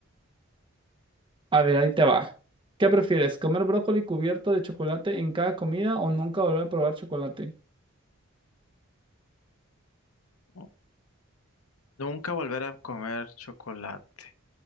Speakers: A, on the right; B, on the left.
A: A ver, ahí te va. ¿Qué prefieres? ¿Comer brócoli cubierto de chocolate en cada comida o nunca volver a probar chocolate?
B: ¿no? Nunca volver a comer chocolate.